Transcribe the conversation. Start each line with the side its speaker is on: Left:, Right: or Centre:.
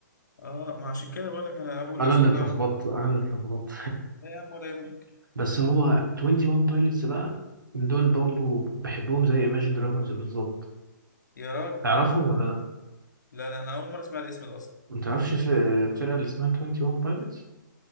Left: اه ما عشان كده بقول لك انا اول
Right: انا
Left: اسم
Right: اللي اتلخبطت
Left: ده أول
Right: انا
Left: مرة.
Right: اللي اتلخبطت
Left: لا يا عم ولا يهمك
Right: <laughs> بس هو 21 بايلوتس بقى دول برضو بحبهم زي Imagine Dragons بالظبط
Left: يا راجل
Right: تعرفهم ولا لا
Left: لا لا انا اول مره اسمع الاسم ده اصلا
Right: ما تعرفش في- فرقة اللي اسمها 21 Pilots